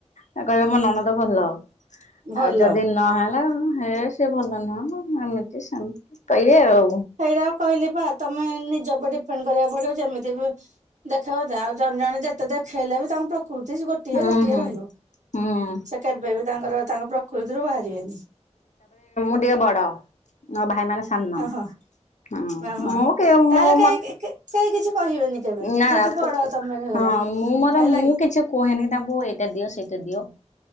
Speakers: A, on the left (about 85°); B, on the right (about 85°).
A: ତ କହିବେ ମୋ ନଣଦ ଭଲ।
B: ଭଲ
A: ଆଉ ଯଦି ନହେଲା ହେ ସେ ଭଲ ନୁହଁ। ଏମିତି ସେମତି କହିବେ ଆଉ।
B: ସେଇଟା ଆଉ କହିଲି ବା ତମେ ନିଜ ଉପରେ ଡିପେଣ୍ଡ କରିବାକୁ ପଡିବ। ଯେମିତି ବି ଦେଖେଇବ ଆଉ ଜଣେ ଜଣେ ଯେତେ ଦେଖେଇଲେ ବି ତାଙ୍କ ପ୍ର କୃତି ଗୋଟିଏ
A: ହୁଁ
B: ଗୋଟିଏ
A: ହୁଁ
B: ରହିବ।
A: ହୁଁ
B: ସେ କେବେ ବି ତାଙ୍କର ତାଙ୍କ ପ୍ରକୃତିରୁ ବାହାରିବେନି।
A: ଦିଏ ବଡ। ମୋ ଭାଇମାନେ ସାନ।
B: ଓହୋ
A: ହଁ
B: ଓହୋ।
A: ମୁଁ କେ
B: ତାହେଲେ
A: ମୋ
B: କେହି
A: ମ
B: କେହି କିଛି କହିବେନି କେବେ
A: ନା
B: ଯେହେତୁ
A: ହଁ
B: ବଡ ତମେ ହେଇଗଲ
A: ମୁଁ ମୋର
B: ହେଲା
A: ମୁଁ
B: କି
A: କିଛି କୁହେନି ତାଙ୍କୁ ଏଇଟା ଦିଅ। ସେଇଟା ଯଦିଓ